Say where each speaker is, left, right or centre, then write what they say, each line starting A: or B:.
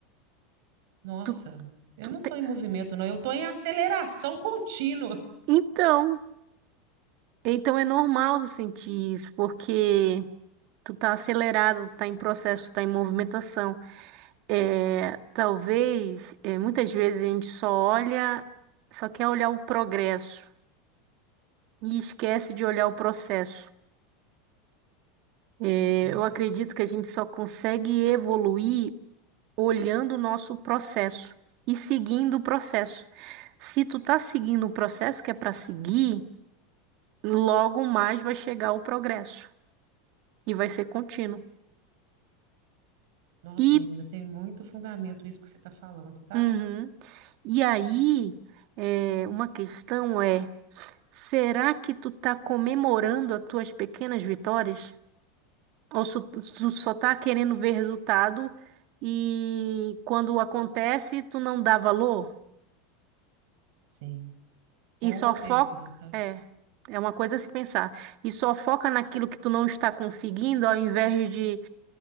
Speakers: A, on the right (about 65°); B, on the right (about 50°).
A: Nossa,
B: Tu,
A: eu
B: tu
A: não estou
B: te-
A: em movimento, não. Eu estou em aceleração contínua.
B: Então, então é normal tu sentir isso, porque tu tá acelerado, tu tá em processo, tu tá em movimentação. É, talvez, é, muitas vezes a gente só olha, só quer olhar o progresso e esquece de olhar o processo. É,
A: Verdade.
B: eu acredito que a gente só consegue evoluir olhando o nosso processo e seguindo o processo. Se tu tá seguindo o processo que é para seguir, logo mais vai chegar o progresso e vai ser contínuo.
A: Nossa,
B: E,
A: menina, tem muito fundamento isso que você está falando, tá?
B: uhum. E aí, é, uma questão é, será que tu tá comemorando as tuas pequenas vitórias? Ou su- tu só tá querendo ver resultado e quando acontece, tu não dá valor
A: Sim. Boa
B: e só
A: pergunta.
B: foca. É, é uma coisa a se pensar. E só foca naquilo que tu não está conseguindo, ao invés de